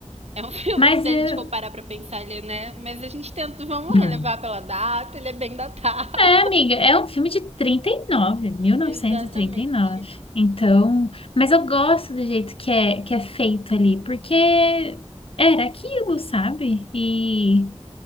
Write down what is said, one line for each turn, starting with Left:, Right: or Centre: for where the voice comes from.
Right: É um <laughs> filme
Left: Mas
Right: que se
Left: eh,
Right: a gente for parar pra pensar ele, né? Mas a gente tenta, vamos
Left: É,
Right: relevar pela data, ele é bem datado.
Left: É, amiga, é um filme de trinta trinta e e nove,
Right: <laughs>
Left: mil novecentos
Right: Exatamente.
Left: e trinta e nove. Então, mas eu gosto do jeito que é, que é feito ali, porque era aquilo, sabe? E,